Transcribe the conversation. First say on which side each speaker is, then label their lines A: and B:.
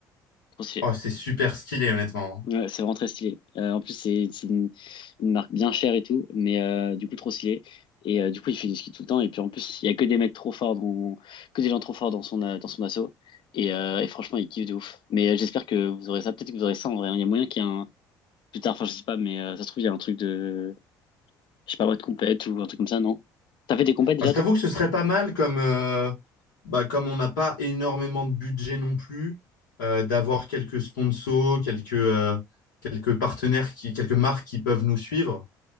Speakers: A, on the left; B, on the left.
A: Trop stylé.
B: Oh, c'est super stylé, honnêtement.
A: Ouais, c'est vraiment très stylé. Euh, en plus, c'est c'est une, une marque bien chère et tout, mais euh, du coup, trop stylé. Et euh, du coup, il fait du ski tout le temps. Et puis, en plus, il y a que des mecs trop forts, dans, que des gens trop forts dans son, euh, dans son assaut. Et, euh, et franchement, il kiffe de ouf. Mais euh, j'espère que vous aurez ça. Peut-être que vous aurez ça en vrai. hein. Il y a moyen qu'il y ait un. Plus tard, enfin, je sais pas, mais euh, ça se trouve, il y a un truc de. Je sais pas, moi, de compète ou un truc comme ça, non? T'as fait des compètes déjà,
B: Enfin, je
A: toi?
B: t'avoue que ce serait pas mal comme, euh, bah, comme on n'a pas énormément de budget non plus, euh, d'avoir quelques sponsors, quelques, euh, quelques partenaires, qui, quelques marques qui peuvent nous suivre.